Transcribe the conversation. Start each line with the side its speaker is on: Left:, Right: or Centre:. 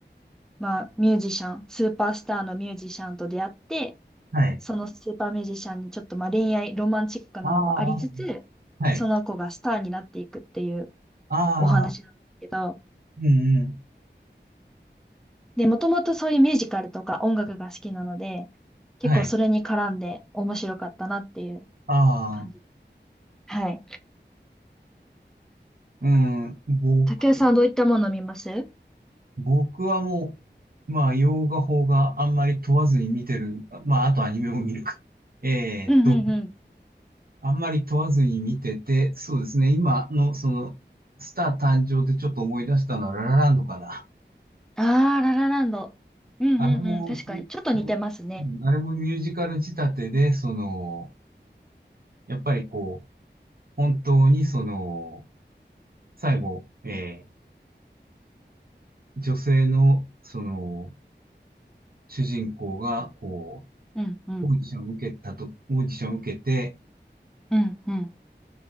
Centre: まあミュージシャン、スーパースターのミュージシャンと出会って、
Right: はい。
Centre: そのスーパーミュージシャンにちょっとまあ恋愛、ロマンチックなのもありつつ、
Right: ああ、はい。
Centre: その子がスターになっていくっていう
Right: ああ、
Centre: お話なんですけど、
Right: うんうん。
Centre: で、もともとそういうミュージカルとか音楽が好きなので、結構それに絡んで面白かったなっていう
Right: はい。ああ、
Centre: 感じです。はい。
Right: うん、僕
Centre: 竹谷さんはどういったものを見ます
Right: 僕はもう、まあ、洋画邦画あんまり問わずに見てる。まあ、あとアニメも見るか。<laughs> えーっと、
Centre: うんうんうん。
Right: あんまり問わずに見てて、そうですね。今のその、スター誕生でちょっと思い出したのはララランドかな。
Centre: ああ、ララランド。うんうんうん。
Right: あれも、
Centre: 確かに。ちょっと似てますね。
Right: あれうんあれもミュージカル仕立てで、その、やっぱりこう、本当にその、最後、えー女性の、その、主人公が、こ
Centre: うんうん。
Right: う、オーディションを受けたと、オーディションを受けて、
Centre: うんうん。